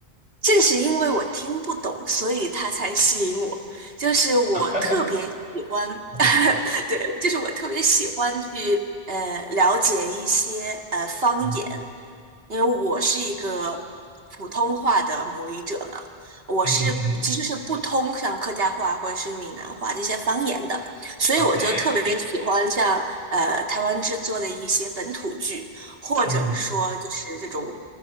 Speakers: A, on the right; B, on the right.
A: 正是因为我听不懂，所以它才吸引我。就是我特别喜欢，
B: 啊哈哈，嗯
A: <laughs> 对，就是我特别喜欢去呃了解一些呃方言，
B: 嗯
A: 因为我是一个普通话的母语者嘛，我是其实是不通像客家话或者是闽南话这些方言的，
B: 嗯嗯嗯。
A: 所以我就特别喜欢像呃台湾制作的一些本土剧，
B: OK，
A: 或者说就是这种
B: 嗯哼，